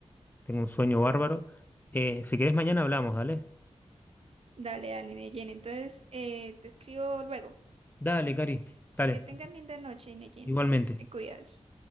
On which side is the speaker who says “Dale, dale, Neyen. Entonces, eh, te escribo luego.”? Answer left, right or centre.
Right